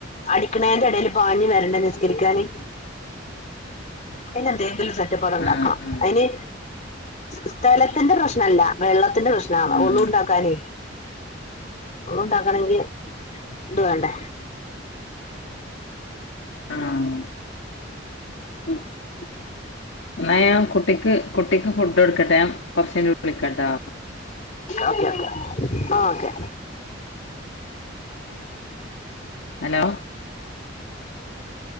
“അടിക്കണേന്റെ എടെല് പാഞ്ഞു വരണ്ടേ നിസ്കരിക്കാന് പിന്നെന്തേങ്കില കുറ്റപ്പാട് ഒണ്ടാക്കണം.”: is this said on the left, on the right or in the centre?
Left